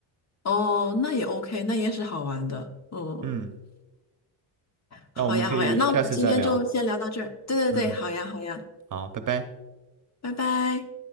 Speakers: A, on the left; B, on the right.
A: 哦，那也 OK，那也是好玩的，嗯，
B: 嗯，
A: 好呀好呀，
B: 那我们可以下次再聊。
A: 那我们今天就先聊到这儿。对对对，
B: 嗯，
A: 好呀好呀。
B: 好，拜拜。
A: 拜拜。